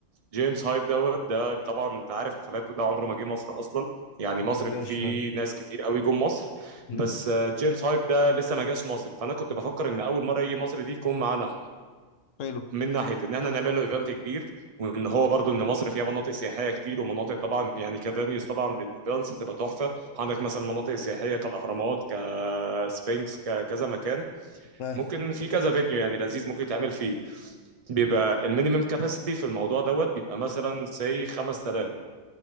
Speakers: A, on the right; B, on the left.
A: جيمس هايب دوت ده طبعا انت عارف حفلاته ده عمره ما جه مصر اصلا يعني مصر
B: ما جاش
A: في
B: فعلا
A: ناس كتير قوي جم مصر
B: امم
A: بس آه، جيمس هايب ده لسه ما جاش مصر فانا كنت بفكر ان اول مره يجي مصر دي يكون معانا
B: حلو
A: من ناحيه ان احنا نعمل له ايفنت كبير وان هو برضو ان مصر فيها مناطق سياحيه كتير ومناطق طبعا يعني كفانيوز طبعا للايفنتس هتبقى تحفه عندك مثلا مناطق سياحيه كالاهرامات كسفنكس ككذا مكان
B: فاهم
A: ممكن في كذا فيديو يعني لذيذ ممكن يتعمل فيه بيبقى المينيمم كاباسيتي في الموضوع دوت بيبقى مثلا سي 5000